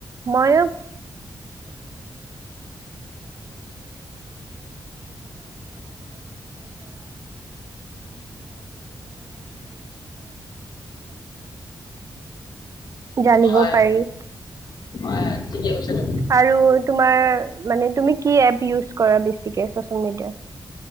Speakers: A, on the right; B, on the left.
A: <inaudible> জানিব
B: হয়
A: পাৰি।
B: আহ ঠিকে কৈছা তুমি
A: আৰু তোমাৰ মানে তুমি কি এপ ইজ কৰা বেছিকে চছিয়েল মিডিয়াৰ?